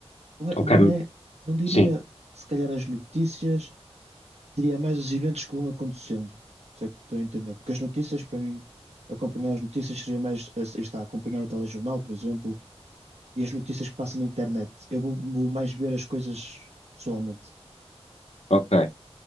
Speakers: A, on the right; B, on the left.
A: Não é,
B: Ok.
A: não
B: Hum,
A: é, não diria
B: sim,
A: se calhar as notícias. diria mais os eventos que vão acontecendo, se é que estou a entender. Porque as notícias, para mim, acompanhar as notícias seria mais, eh, aí está, acompanhar o telejornal, por exemplo, e as notícias que passam na internet. Eu vou, vou mais ver as coisas pessoalmente.
B: ok.